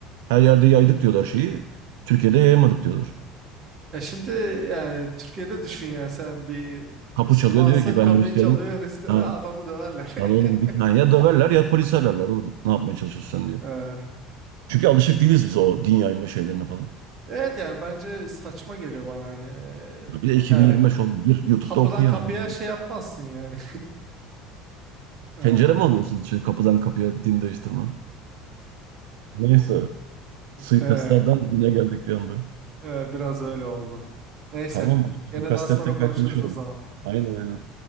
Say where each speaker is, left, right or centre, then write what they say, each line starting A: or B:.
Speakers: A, on the right; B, on the right.
A: Her yerde yaydık diyorlar şeyi. Türkiye'de yayamadık diyorlar.
B: ya şimdi yani Türkiye'de düşün yani sen bir
A: Kapı
B: Müslümansın
A: çalıyor diyor ki ben
B: kapıyı
A: Hristiyanım.
B: çalıyor Hristiyan
A: Ha,
B: <laughs> adamı döverler.
A: lan oğlum git.
B: <laughs>
A: Ha, ya döverler ya polis ararlar oğlum. Ne yapmaya çalışıyorsun sen diyor.
B: E,
A: Çünkü alışık değiliz biz o din yayma şeylerine falan.
B: Evet yani bence saçma geliyor bana hani. e,
A: Ya bir de 2025
B: Yani
A: oğlum. Gir YouTube'da
B: kapıdan
A: oku yani.
B: kapıya şey yapmazsın yani. <laughs>
A: Tencere mi
B: E,
A: alıyorsun? Şey, kapıdan kapıya din değiştirme. Neyse. Suikastlardan
B: e,
A: dine geldik bir anda.
B: e, <laughs> Biraz öyle oldu. Neyse.
A: Tamam.
B: Gene
A: Suikastları
B: daha sonra
A: tekrar
B: konuşuruz
A: konuşalım.
B: o zaman.
A: Aynen aynen.